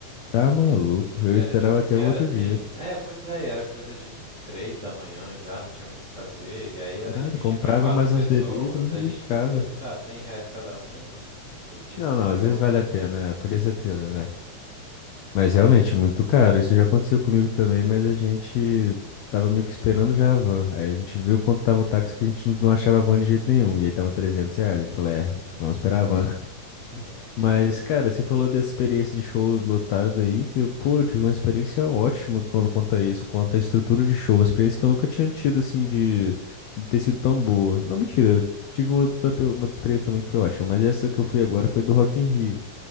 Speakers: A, on the left (about 85°); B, on the right (about 75°).
A: Tá maluco. Eu
B: Era
A: esperava
B: tipo,
A: até
B: e era
A: o outro
B: assim,
A: dia.
B: é, pois é, e era coisa de três da manhã já, não tinha muito o que fazer, e aí era
A: Nada,
B: dividir
A: comprava
B: pra quatro
A: mais
B: pessoas,
A: umas bebidas e
B: a gente
A: ficava.
B: pensou isso, ah, cem reais cada um, podia
A: Não,
B: ser
A: não,
B: pior,
A: às vezes vale
B: né?
A: a pena. é, Podia ser pior, vai.
B: Mas,
A: Mas realmente, muito caro. Isso já aconteceu comigo também, mas a gente tava meio que esperando já a van. Aí a gente viu quanto tava o táxi, que a gente não achava a van de jeito nenhum. E aí tava 300 reais. A gente falou, é,
B: uhum.
A: vamos esperar a van.
B: <laughs>
A: Mas,
B: É, pois
A: cara,
B: é.
A: você falou dessa experiência de show lotado aí, que, pô, eu tive uma experiência ótima quando conta isso, quanto à estrutura de show, uma experiência que eu nunca tinha tido, assim, de, de ter sido tão boa. Não, mentira, eu tive uma outra, uma outra experiência também que foi ótima, mas essa que eu fui agora foi do Rock in Rio,